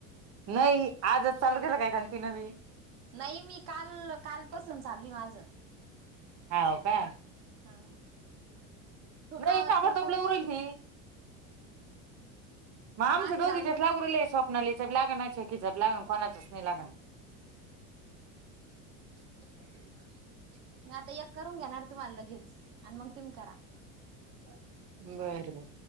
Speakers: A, on the right; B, on the right.
A: नाही आजच चालू केलं काय खण ती नवी
B: नाही मी काल कालपसून चालवी माझं
A: हव का
B: हा छोटू
A: नाही
B: आवाज
A: काबड
B: कम
A: तोब
B: का
A: ल उल ती मग आमच्या
B: माझे
A: दोघीच्याच
B: लागून
A: लागूलेप कोणा लि जब लागणार किजब लागन कोणाचच नाही लागन यथझ
B: मी आता एक करून घेणार तुम्हाला लगेच आणि मग तुम्ही करा
A: बर बर बर